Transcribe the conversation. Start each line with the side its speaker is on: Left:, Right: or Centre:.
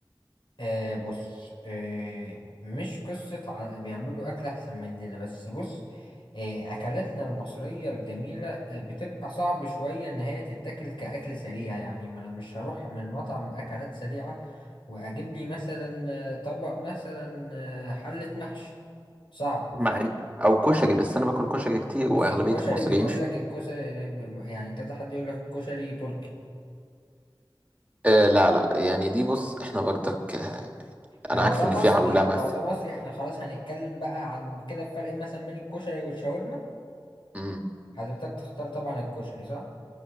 Left: آه بص آه مش قصة ع- بيعملوا أكل أحسن مننا بس بص آه أكلاتنا المصرية الجميلة آه بتبقى صعب شوية إن هي تتاكل كأكل سريع يعني ما أنا مش هروح من مطعم أكلات سريعة وأجيب لي مثلا آه، طبق مثلا آه، حلة محشي صعب
Right: مع إن- أو كشري بس أنا باكل كشري كتير
Left: بس
Right: وأغلبية
Left: الكشري
Right: المصريين
Left: بيقول لك الكشري ب- يعني كذا حد يقول لك الكشري تركي
Right: آه لا لا يعني دي بص إحنا برضك آه،
Left: لو
Right: أنا عارف
Left: ده
Right: إن
Left: مصري
Right: في عولمة
Left: لو ده مصري احنا خلاص هنتكلم بقى عن كده الفرق مثلا بين الكشري والشاورما
Right: مم.
Left: حضرتك تختار طبعا الكشري صح؟